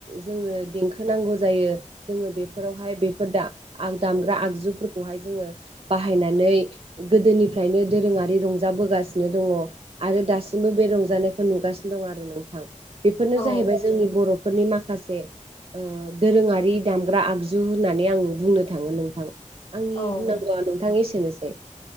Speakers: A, on the right (about 45°); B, on the left (about 40°).
A: जोंनो देंखो नांगौ जा यो। जोङो बेफोरावहाय बेफोर दामग्रा आगजुफोरखौहाय जोङो बाहायनानै गोदोनिफ्रायनो दोरोङारि रंजाबोगासिनो दङ आरो दासिमबो बे रंजानाय नुगासिनो दं आरो नोंथां। बेफोरनो
B: औ
A: जाहैबाय
B: आतसा
A: जोंनि बर'फोरनि मा खासे दोरोंङारि दामग्रा आगजु होननानै आं बुंनो थाङो नोंथां। आंनि
B: औ
A: बुंनांगौआ
B: आदसा
A: नोंथां एसेनोसै।